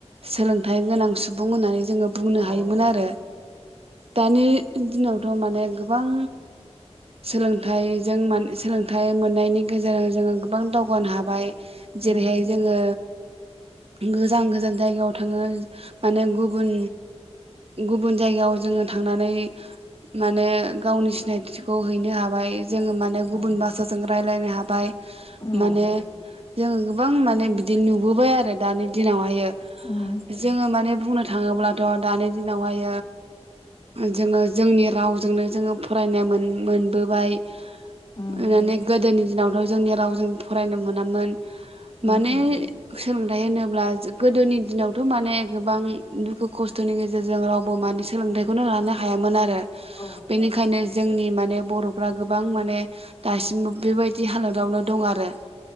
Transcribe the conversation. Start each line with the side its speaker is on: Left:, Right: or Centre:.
Right: सोलोंथाइ गोनां सुबुं होननानै जोङो बुंनो
Left: उम
Right: हायोमोन आरो दानि दिनावथ' माने गोबां सोलोंथाइजों मान सोलोंथाइ मोननायनि गेजेरजों जोङो गोबां दावगानो हाबाय।
Left: उम
Right: जेरैहाय जोङो गोजान गोजान जायगायाव थाङो माने गुबन गुबुन जायगायाव जोङो थांनानै माने गावनि सिनायथिखौ हैनो‌ हाबाय जोङो माने गुबुन
Left: उम
Right: भासाजों रायलायनो हाबाय
Left: औ
Right: माने जों गोबां माने बिदि नुबोबाय बाय आरो दानि दिनावहायो
Left: उम
Right: जोङो माने बुंनो थाङोब्लाथ' दानि दिनावहाय जोङो जोंनि रावजोंनो जोङो फरायनो मोनबोबाय
Left: उम
Right: <unintelligible> गोदोनि दिनावथ' जोंनि रावजों फरायनो मोनामोन। माने
Left: उमहो
Right: सोलोंथाइ होनोब्ला गोदोनि दिनावथ' माने गोबां दुखु खस्थ'नि गेजेरजों रावबो मानि सोलोंथाइ <unintelligible> हायामोन आरो
Left: औ
Right: बेनिखायनो जोंनि माने बर'फ्रा गोबां माने दासिमबो बेबायदि हालोदावनो दं आरो